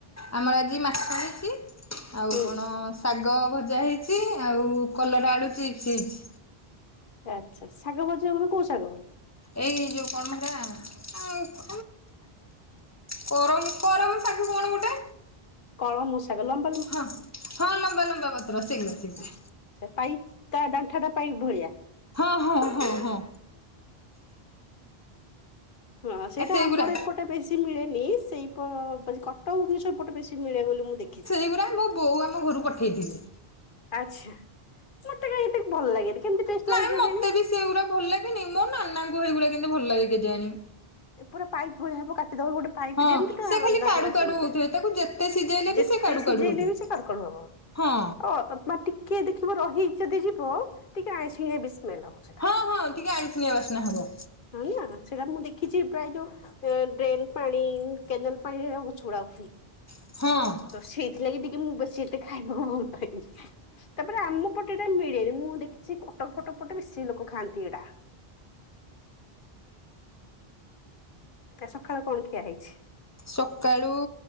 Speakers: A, on the left; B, on the left.
A: ଆମର ଆଜି ମାଛ ହେଇଛି, ଆଉ
B: ହୁଁ
A: କଣ ଶାଗ ଭଜା ହେଇଛି ଆଉ କଲରା ଆଳୁ ଚିପ୍ସ ହେଇଛି।
B: ଆଚ୍ଛା ଶାଗ ଭଜା ମାନେ କୋଉ ଶାଗ?
A: ଏଇ ଯୋଉ କଣ ମ ହେଟା ଆଉ <unintelligible> କରମ କରମ ଶାଗ କଣ ଗୋଟେ?
B: କଳମ ଶାଗ ଲ
A: ହଁ ହଁ, ଲମ୍ବା ଲମ୍ବା ପତ୍ର ସେଇଗୁରା। ସେଇଗୁରା।
B: ଆଚ୍ଛା ଆଚ୍ଛା ପାଇ ତା ଡାଣ୍ଠା ଟା ପାଇ ଭଳିଆ? <inaudible>
A: ହଁ ହଁ ହଁ ହଁ
B: ହଁ, ସେଇଟା
A: ଆ ସେଇଗୁରା
B: ଆମର ଏପଟେ ବେଶୀ ମିଳେନି। ସେଇ ପ କଟକ, ଭୁବନେଶ୍ୱର ପଟେ ବେଶୀ ମିଳେ ବୋଲି ମୁଁ ଦେଖିଛି।
A: <unintelligible> ମୋ ବୋଉ ଆମ ଘରୁ ପଠେଇ ଥିଲେ।
B: ଆଚ୍ଛା, ମତେ କାଇଁ ଏତେ ଭଲ ଲାଗେନି। କେମତି ଟେଷ୍ଟ
A: ନାଇଁ
B: ଲାଗେ କେଜାଣି?
A: ମତେ ବି ସେଗୁଡା ଭଲ ଲାଗେନି, ମୋ ନାନାଙ୍କୁ ସେଗୁଡା କେନ୍ତି ଭଲ ଲାଗେ କେଜାଣି?
B: ଏ ପୁରା ପାଇପ୍ ଭଳିଆ ହବ, କାଟିଦବ ଗୋଟେ ପାଇପ
A: ହଁ
B: ଯେମତି ତା
A: ସେ
B: ଡାଣ୍ଠାଟା
A: ଖାଲି କାଡୁ କାଡୁ
B: ସେମିତିଆ।
A: ହଉଥିବେ ତାକୁ ଯେତେ ସିଝେଇଲେ ବି
B: ଯେତେ
A: ସେ କାଡୁ
B: ସିଝେଇଲେ
A: କାଡୁ ହଉଥିବେ।
B: ବି ସେ କାଡୁକାଡୁ ହବ।
A: ହଁ
B: ଅ ମା ଟିକେ ଦେଖିବ ରହି ଯଦି ଯିବ ଟିକେ ଆଇଁଷିଣିଆ ବି ସ୍ମେଲ ହବ ସେଇଟା।
A: ହଁ ହଁ, ଟିକେ ଆଇଁଷିଣିଆ ବାସ୍ନା ହବ।
B: <unintelligible> ସେଇଟା ମୁଁ ଦେଖିଛି ପ୍ରାୟ ଯୋଉ ଡ୍ରେନ ପାଣି, କେନଲ ପାଣିରେ ହେଉରା ଗଛ ଗୁଡ଼ା ହୁଏ।
A: ହଁ।
B: ତ ସେଇଥିଲାଗି ଟିକେ ମୁଁ ବେଶୀ ଏତେ ଖାଇବାକୁ ଭଲ ପାଏନି। ତାପରେ ଆମ ପଟ ଏତେ ଟା ମିଳେ ନି। ମୁଁ ଦେଖିଛି କଟକ-ଫଟକ ପଟେ ବେଶୀ ଲୋକ ଖାଆନ୍ତି ଏଇଟା। ଆ ସକାଳ କଣ ଖିଆ ହେଇଛି?
A: ସକାଳୁ